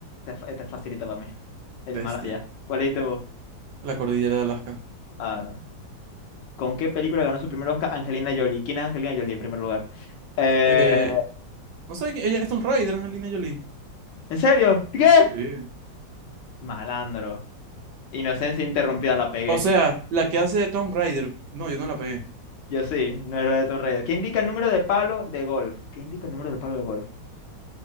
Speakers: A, on the left; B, on the right.
A: es fa- este es facilita para mí. El
B: Bestia.
A: Himalaya. ¿Cuál leíste vos?
B: La cordillera de Alaska.
A: Ah, no. ¿Con qué película ganó su primer Oscar Angelina Jolie? ¿Quién es Angelina Jolie en primer lugar? Eh,
B: Eh, eh, no sé, quién- ella es Tomb Raider, Angelina Jolie.
A: ¿en serio? ¿Qué?
B: Sí.
A: Malandro. Inocencia interrumpida, la pegué.
B: O sea, la que hace de Tomb Raider. No, yo no la pegué.
A: Yo sí, no era de Tomb Raider. ¿Qué indica el número de palo de golf? ¿Qué indica el número de palo de golf?